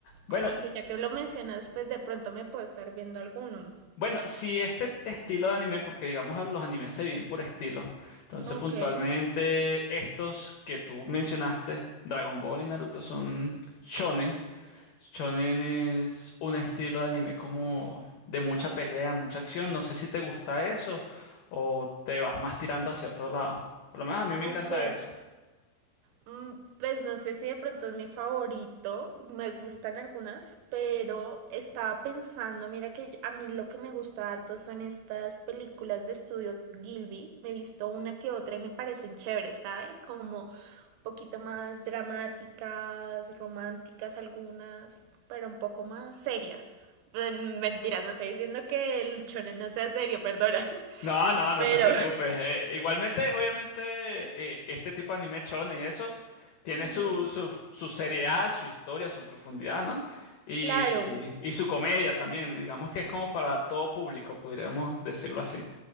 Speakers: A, on the left (about 85°); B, on the right (about 85°).
A: Bueno,
B: Como que ya que lo mencionas, pues de pronto me puedo estar viendo alguno.
A: Bueno, si este estilo de anime, porque digamos los animes se vienen por estilo, entonces
B: Ok,
A: puntualmente estos que tú mencionaste, Dragon Ball y Naruto, son shonen. Shonen es un estilo de anime como de mucha pelea, mucha acción. No sé si te gusta eso o te vas más tirando hacia otro lado. Por lo menos a mí me
B: ok.
A: encanta eso.
B: Mm, Pues no sé si de pronto es mi favorito, me gustan algunas, pero estaba pensando, mira que a mí lo que me gusta harto son estas películas de estudio Gilby, me he visto una que otra y me parecen chéveres, ¿sabes? Como un poquito más dramáticas, románticas algunas, pero un poco más serias. Mm, Mentiras, no estoy diciendo que el shonen no sea serio, perdona, <laughs>
A: No, no, no
B: pero...
A: te preocupes. Eh, eh, igualmente, obviamente, eh, este tipo de anime shonen y eso tiene
B: Ujú,
A: su, su, su seriedad, su historia, su profundidad, ¿no? Y,
B: Claro.
A: y su comedia también. Digamos que es como para todo público, podríamos decirlo así.